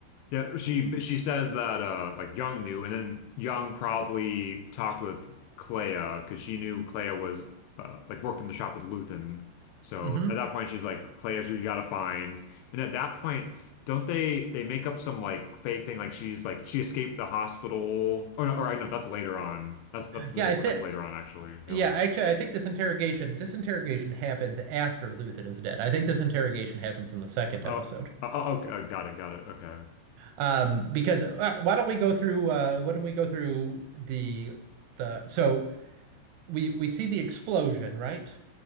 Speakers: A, on the left; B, on the right.
A: Yeah, she she says that uh like Young knew, and then Young probably talked with Clea because she knew Clea was uh, like worked in the shop with Luthen. So
B: hmm
A: at that point, she's like, "Clea's who you gotta find." And at that point, don't they they make up some like fake thing like she's like she escaped the hospital or no, or I know that's later on. That's that's this
B: Yeah,
A: is
B: I think.
A: that's later on actually. You
B: Yeah,
A: know.
B: actually, I think this interrogation this interrogation happens after Luthen is dead. I think this interrogation happens in the second
A: Oh,
B: episode.
A: oh, oh, okay, oh, got it, got it. Okay.
B: Um, because uh, why don't we go through? Uh, why don't we go through the the so we we see the explosion, right?